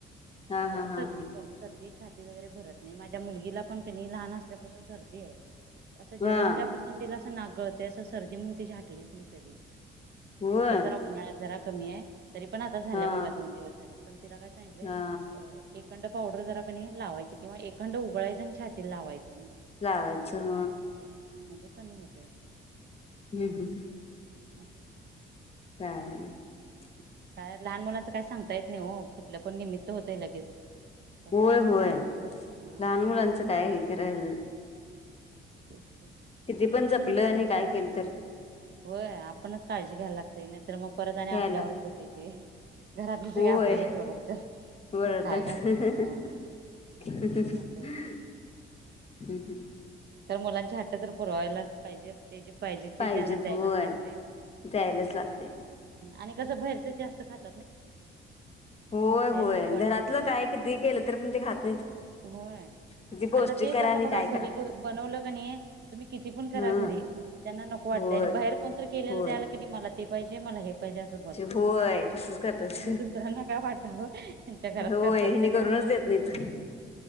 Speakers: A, on the left (about 30°); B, on the right (about 55°).
A: हा
B: जरा
A: हा
B: सर्ती
A: हा हा
B: कर कर छाती वगैरे भरत नाही, माझ्या मुलगीला पण कणी लहान असल्यापासून सर्दी हाय. असं
A: हा
B: जलमल्यापासून तिला असं नाक गळतय असं सर्दी म्हणून तीजी हाटलीच नाही कधी.
A: होय
B: आता जरा उन्हाळ्यात जरा कमीय तरी पण आता झाल्या
A: हा
B: बघा दोन दिवस झालं पण तिला काय सांगितलंय
A: हा
B: अं एक खंड पावडर जरा कणी लावायच किंवा‌ एकंड उगळायचं आणि छातीला लावायंच
A: लावायच ह.
B: म्हणजे कमी होतय.
A: हम्म हम् हम्
B: असच.
A: हम <inaudible>
B: काय लहान मुलांचं काय सांगता येत नाय ओ कुठलं पण निमित्त होतय लगेच. कशाचं
A: होय
B: पण
A: होय
B: हा
A: लहान मुलांचं काय हे कराय.
B: च् <inaudible>
A: किती पण जपलं आणि काय केल तर.
B: होय आपणच काळजी घ्यायला लागतय नाहीतर मग परत आणि
A: घ्यायला
B: आपल्यावरच येतंय ते. घरातले सगळे
A: होय
B: आपल्यालाच ओरडतात
A: बरं
B: काय
A: तर.
B: घातलीस काय नाही
A: हम्
B: असं होतय
A: हम्
B: तर मुलांची झाट तर पुरवायलाच पाहिजे ते जे पाहिजे ते
A: पाहिजेत
B: त्याला द्यायलाच
A: होय
B: लागतय
A: द्यायलाच लागतय
B: आणि कसं बाहेरचच जास्त खात
A: होय होय
B: नको वाटते
A: घरातलं
B: त्यांना
A: काय किती केलं तर पण ते खात नाहीत.
B: होय
A: किती पौष्टिक
B: आता तेच
A: करा
B: आता
A: आणि
B: बघा
A: काय
B: घरी
A: करा
B: बग बनवलं कणी तुम्ही किती पण करा
A: हा
B: घरी. त्यांना नको वाटतंय
A: होय
B: आणि बाहेर कोणतरी केलेलं
A: होय
B: द्याला कणी मला ते पाहिजे मला हे पाहिजे असं बोलतय
A: होय तसच करतात
B: दुसऱ्यांना काय वाटावं त्यांच्या घरात
A: होय
B: करतात
A: हिने
B: का नाही,
A: करूनच
B: असं वाटत
A: देत नाहीत